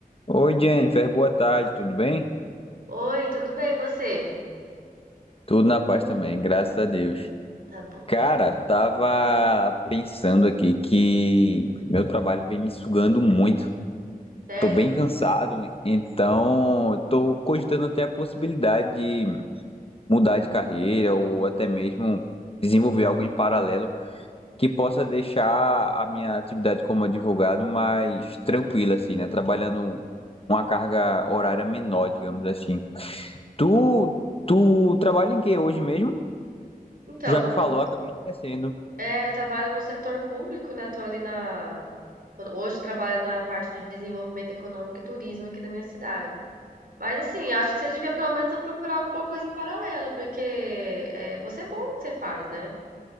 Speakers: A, on the left (about 40°); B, on the right (about 70°).
A: Oi, Jennifer, boa tarde, tudo bem?
B: Oi, tudo bem, e você?
A: Tudo na paz também, graças a Deus.
B: Tá bom.
A: Cara, tava pensando aqui que meu trabalho vem me sugando muito.
B: Sério?
A: Tô bem cansado, então tô cogitando até a possibilidade de mudar de carreira ou até mesmo desenvolver algo em paralelo que possa deixar a minha atividade como advogado mais tranquila, assim, né? Trabalhando uma carga horária menor, digamos assim. Tu, tu trabalha em que hoje mesmo?
B: Então,
A: Tu já me
B: hoje
A: falou,
B: eu,
A: acabei esquecendo.
B: tô- é, eu trabalho no setor público, né? Tô ali na. tô- Hoje trabalho na parte de desenvolvimento econômico e turismo aqui da minha cidade. Mas assim, acho que você devia pelo menos procurar alguma coisa em paralelo, porque é, você é bom no que você faz, né?